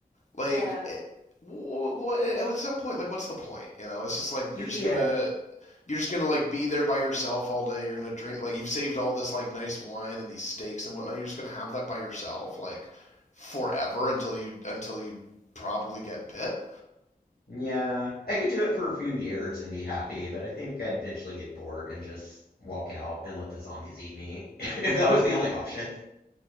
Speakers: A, on the left; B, on the left.
A: Like,
B: Yeah,
A: it, wh- wh- at some point, like, what's the point? You know, it's just like
B: yeah.
A: you're just gonna you're just gonna like be there by yourself all day. You're gonna drink like you've saved all this like nice wine and these steaks and whatnot. You're just gonna have that by yourself like forever until you until you probably get bit.
B: Yeah, I could do it for a few years and be happy, but I think I'd eventually get bored and just walk out and let the zombies eat me <laughs> if that was the only option.